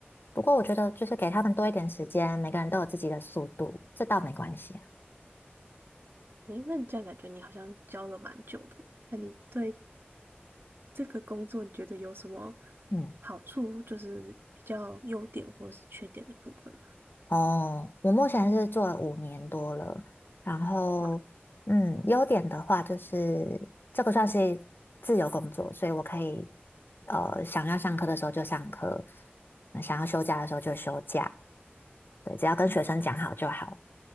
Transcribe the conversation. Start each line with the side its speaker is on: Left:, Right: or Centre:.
Left: 不过我觉得就是给他们多一点时间，每个人都有自己的速度，这倒没关系啊。
Right: 诶，那你这样感觉你好像教了蛮久的，那你对这个工作你觉得有什么
Left: 嗯，
Right: 好处，就是比较优点或者是缺点的部分吗？
Left: 哦，我目前是做了五年多了，然后嗯，
Right: 哇，
Left: 优点的话就是这个算是自由工作，所以我可以呃想要上课的时候就上课，那想要休假的时候就休假，对，只要跟学生讲好就好，